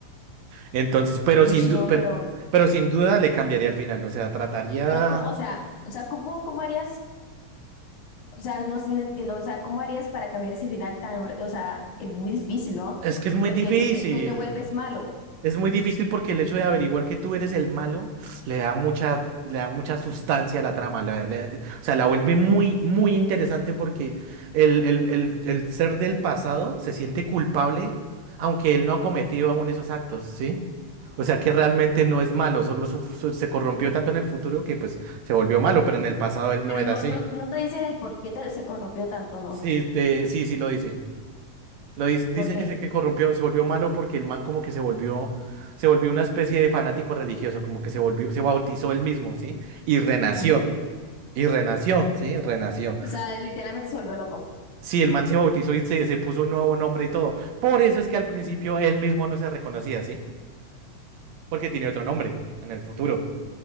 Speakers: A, on the right; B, on the left.
A: Entonces, pero
B: Uy,
A: sin,
B: no,
A: du- pero,
B: pero,
A: pero sin duda le cambiaría al final. O sea, trataría.
B: pero cómo, o sea, o sea, ¿cómo, cómo harías? O sea, no, sí, no entiendo, o sea, ¿cómo harías para cambiar ese final tan horrible? O sea, es muy difícil, ¿no?
A: Es que es muy
B: Porque
A: difícil.
B: tú te, tú te vuelves malo,
A: Es muy difícil porque el hecho de averiguar que tú eres el malo le da mucha, le da mucha sustancia a la trama. la- le- o sea, la vuelve muy, muy interesante porque el, el, el, el ser del pasado se siente culpable, aunque él no ha cometido aún esos actos, ¿sí? O sea, que realmente no es malo, solo su- su- se corrompió tanto en el futuro que pues se volvió malo, pero en el pasado él
B: pero
A: no era
B: no,
A: así.
B: no, no te dicen el por qué te- se corrompió tanto, ¿no?
A: Sí, te- sí, sí lo dice. Lo dic- dicen
B: ¿Por qué?
A: que se que corrompió, se volvió malo porque el man como que se volvió, se volvió una especie de fanático religioso, como que se volvió, se bautizó él mismo, ¿sí? Y renació,
B: Ujú.
A: y renació, ¿sí? Renació.
B: O sea, literalmente se volvió loco.
A: Sí, el man se bautizó y se, se puso un nuevo nombre y todo. Por eso es que al principio él mismo no se reconocía, ¿sí? Porque tiene otro nombre en el futuro.